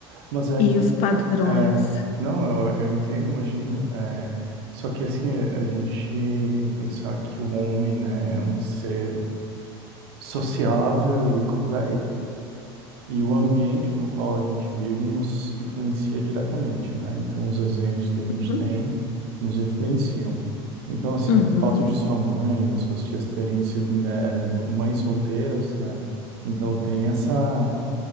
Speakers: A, on the right (about 75°); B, on the left (about 60°).
A: Mas é
B: e
A: que,
B: os padrões.
A: é, não, eu, eu entendo, imagino. é, só que assim, a a gente tem que pensar que o homem, né, é um ser sociável e, comple- e, e o ambiente no qual a gente vive nos influencia diretamente, né? Então, os exemplos que a gente
B: Uhum,
A: tem nos influenciam. Então, assim,
B: uhum,
A: o fato de sua mãe e suas tias terem sido mulher, é, mães solteiras, né? Então, tem essa